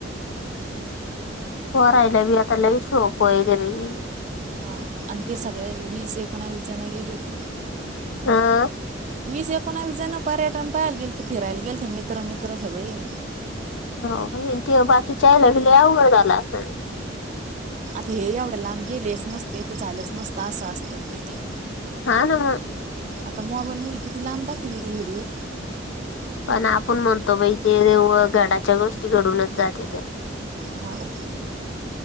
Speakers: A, on the left; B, on the right.
A: परायला भ आता ल शोक वय ते रई.
B: हां आणि ते सगळे वीस एकोणावीस जण गेले होती.
A: हा आ.
B: वीस एकोणावीस जण पर्यटन पाहायला गेलते, फिरायला गेल ते मित्र मित्र सगळे.
A: हो, बाय न ते बाकीच्या आल्याबिल्याव लय अवघड झाला असलं बाई.
B: आता हे एवढं लांब गेलेच नसते, तर झालंच नसत असं असतंय बाई ते.
A: हा न्हव
B: आता मोबाईलमध्ये किती लांब देखीले ते विडिओ.
A: पण आपण म्हणतो बई ते व घडाच्या गोष्टी घडूनच जातेत्या.
B: हाव.